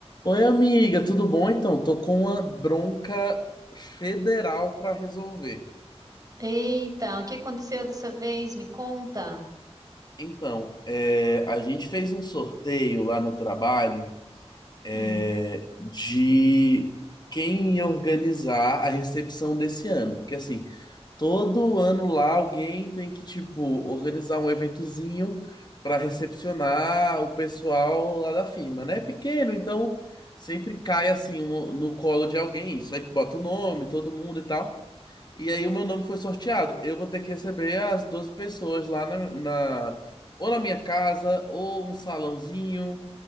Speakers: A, on the left; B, on the right.
A: Oi, amiga, tudo bom? Então, tô com uma bronca federal para resolver.
B: Eita, o que aconteceu dessa vez? Me conta.
A: Então, é, a gente fez um sorteio lá no trabalho é,
B: Hum,
A: de quem ia organizar a recepção desse ano. Porque, assim, todo ano lá alguém tem que, tipo, organizar um eventozinho para recepcionar o pessoal lá da firma, né? É pequeno, então sempre cai, assim, um- no colo de alguém isso. Aí que bota o nome, todo mundo e tal. E aí o meu nome foi sorteado. Eu vou ter que receber as 12 pessoas lá na, na- ou na minha casa, ou um salãozinho,